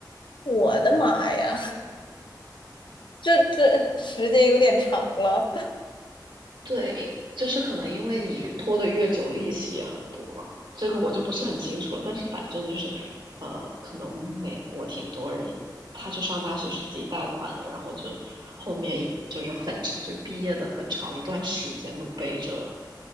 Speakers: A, on the left; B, on the right.
A: 我的妈呀，<laughs> 这这时间有点长了。
B: 对，因就是可能因为你越拖得越久，利息也很多嘛，这个我就不是很清楚了。但是反正就是，呃，可能美国挺多人他去上大学是自己贷款的，然后就后面就是很就毕业的很长一段时间都背着